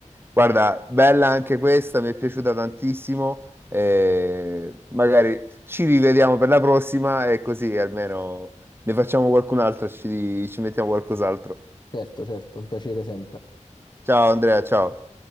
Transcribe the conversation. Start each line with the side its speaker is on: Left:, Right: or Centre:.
Right: Guarda, bella anche questa, mi è piaciuta tantissimo. Eh, Magari ci rivediamo per la prossima e così almeno ne facciamo qualcun'altra, ci, ci mettiamo qualcos'altro.
Left: Certo, certo, un piacere sempre.
Right: Ciao Andrea, ciao.